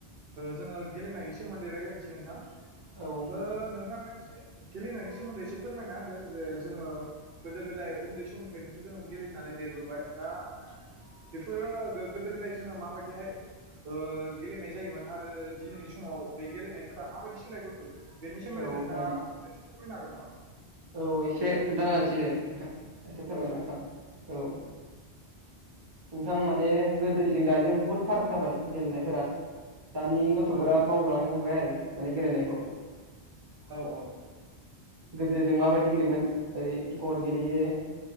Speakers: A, on the right; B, on the right.
A: जोङो गेलेनायनि सोमोन्दै रायज्लायनोसै नोंथां
B: औ नोंथां
A: । ओ नोंथाङा गेलेनायनि सोमोन्दै एसे फोरमायना होदो जे जोङो गोदो गोदाय उन्दै समनिफ्रायनोथ' जोङो गेलेनानै देरबोबाय दा बेफोरो गोग गोदो गोदाय जोङो माबायदिहाय ओ गेलेनाय जायोमोन आरो दिनैनि समाव बे गेलेनायफोरा माबायदि सोलायबोखो? बेनि सोमोन्दै
B: औ नोंथां
A: नोंथाङा
B: दे
A: फोरमायनो हागोन नामा?
B: औ एसे खोन्थानाहोनोसै दे नोंथां । एसे फोरमायलांनोसै
A: औ
B: आं औ नोंथां माने गोदोनिजों दानिजों फाराक जाबाय गेलेनायफोरा दानि गथ'फोरा
A: औ
B: बावगारलांनो हमबाय आरो । माने गेलेनायाखौ
A: औ औ
B: गोद दो जों माबायदि गेलेयोमोन ओरै गर गेलेयो